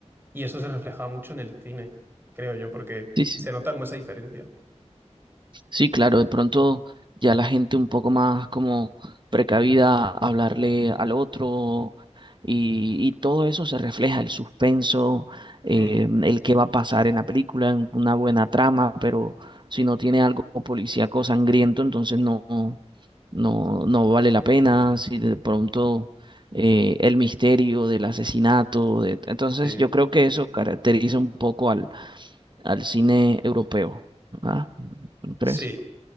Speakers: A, on the right (about 20°); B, on the right (about 40°).
A: Y eso se reflejaba mucho en el cine, creo yo, porque
B: Sí, sí.
A: se nota como esa diferencia.
B: Sí, claro, de pronto ya la gente un poco más como precavida, hablarle al otro y, y todo eso se refleja, el suspenso, eh,
A: Mm,
B: el qué va a pasar en la película, en una buena trama, pero si no tiene algo policíaco sangriento, entonces no, no, no vale la pena, si de pronto eh, el misterio del asesinato, de- entonces
A: sí,
B: yo creo que eso caracteriza un poco al, al cine europeo, ¿verdad? ¿No crees?
A: sí.